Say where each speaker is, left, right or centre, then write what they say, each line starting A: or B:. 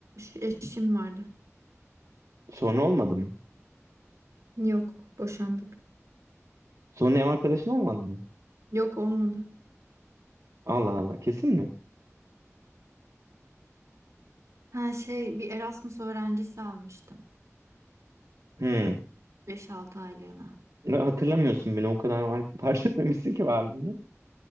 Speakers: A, on the right; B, on the right.
A: eşim vardı.
B: Sonra olmadı mı?
A: Yok boşandık.
B: Sonra ev arkadaşın olmadı mı?
A: Yok olmadı.
B: Allah Allah kesin mi?
A: Ha şey bir Erasmus öğrencisi almıştım.
B: Hmm.
A: beş altı aylığına.
B: Ya Hatırlamıyorsun bile o kadar var, <laughs> fark etmemişsin ki varlığını.